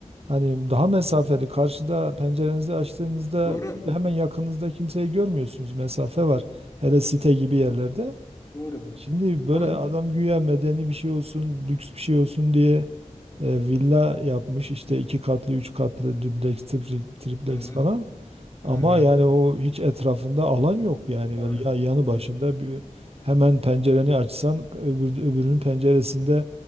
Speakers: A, on the right; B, on the left.
A: hani daha mesafeli karşıda pencerenizi açtığınızda
B: Doğru.
A: hemen yakınızda kimseyi görmüyorsunuz mesafe var. Hele site gibi yerlerde.
B: Doğru.
A: Şimdi böyle
B: Onu...
A: adam güya medeni bir şey olsun, lüks bir şey olsun diye e, villa yapmış işte iki katlı, üç katlı, dubleks, tripl- triplex
B: Hı hı.
A: falan.
B: Hı
A: Ama
B: hı.
A: yani o hiç etrafında alan yok yani
B: Doğru.
A: böyle ya yanı
B: Doğru.
A: başında bir, hemen pencereni açsan öbür, öbürünün penceresinde